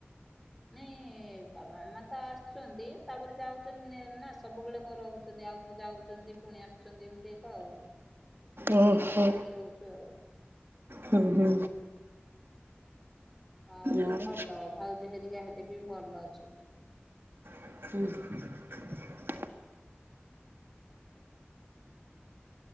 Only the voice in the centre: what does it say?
ନାଇଁ ବାବା ମାମା ତ ଆସୁଛନ୍ତି ତାପରେ ଯାଉଛନ୍ତି ନା ସବୁବେଳେ କଣ ରହୁଛନ୍ତି ଆଉଥରେ ଯାଉଛନ୍ତି ପୁଣି ଆସୁଛନ୍ତି ଏମିତି କା ଆଉ। ଫ୍ୟାମିଲୀ
ହେଇକି ମିଶିକି ରହୁଛୁ ଆଉ।
ହଉ
ଭଲ ଭାଉଜ ହେରିକା ହେ ଏବେ ଭଲ ଅଛ